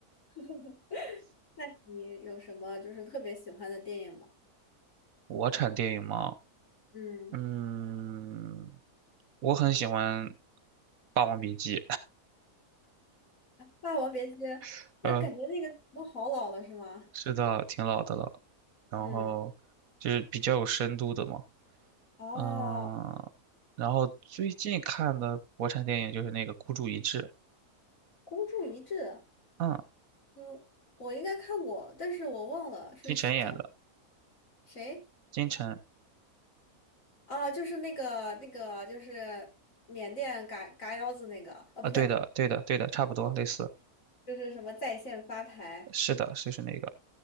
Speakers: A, on the left (about 60°); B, on the right (about 70°).
A: <laughs> 那你有什么就是特别喜欢的电影吗？
B: 国产电影嘛，
A: 嗯，
B: 嗯，我很喜欢《霸王别姬》，
A: 《霸王别姬》，
B: <laughs>
A: 那感觉那个都好老了是吗？
B: 嗯，是的，挺老的了，然后就是比较有深度的嘛，
A: 嗯。哦，
B: 嗯，然后最近看的国产电影就是那个《孤注一掷》，
A: 孤注一掷，
B: 嗯，
A: 嗯，我应该看过，但是我忘了是是讲
B: 金晨演的，
A: 谁
B: 金晨。
A: 啊？就是那个那个，就是缅甸嘎嘎腰子那个啊，
B: 啊，
A: 不对，
B: 对的，对的，对的，差不多类似，
A: 就是什么在线发牌
B: 是的，就是那个，